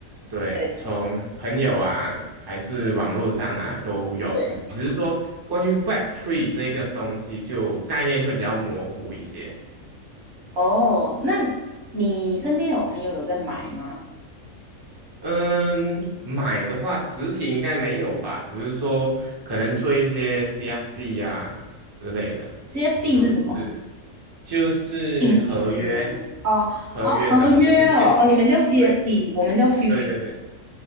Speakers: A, on the right (about 30°); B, on the right (about 55°).
A: 对，
B: 对
A: 从朋友啊还是网络上啊都有，
B: 对。
A: 只是说关于 Web3 这个东西就概念会比较模糊一些。
B: 哦，那你身边有朋友有在买吗
A: 嗯，买的话实体应该没有吧，只是说可能做一些 CFD 啊之类的，
B: ？CFD
A: 就是。
B: 是什么？
A: 就是合约，
B: 定期定额吗？哦哦，
A: 合约的，
B: 合约哦哦，
A: 不是现货。
B: 你们叫 CFD，
A: 对，
B: 我们叫 futures，
A: 对对对。